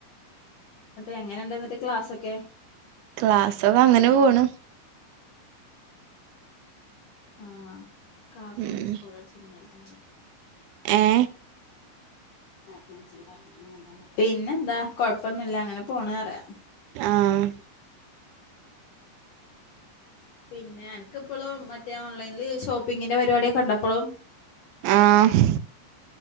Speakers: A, on the left (about 70°); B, on the right (about 80°).
A: എങ്ങനെണ്ടിന്നിട്ട് ക്ലാസൊക്കെ
B: ക്ലാസ്സൊക്കെ അങ്ങനെ പോണ്
A: ആഹ് കാക്കു
B: ഉം
A: മിസ്സ്‌ കോള്ളട്ചീനിം ഇന്നൽത്തെ
B: ഏ
A: പോലെ പിന്നെന്താ കൊഴ്പ്പൊന്നുല്ല അങ്ങനെ പോണറിയാ
B: ആഹ്
A: പിന്നെ അൻക്കിപ്പളും മറ്റേ ഓൺലൈൻല് ഷോപ്പിങ്ങിന്റെ പരിപാട്യൊക്കെണ്ടോപ്പളും?
B: ആഹ്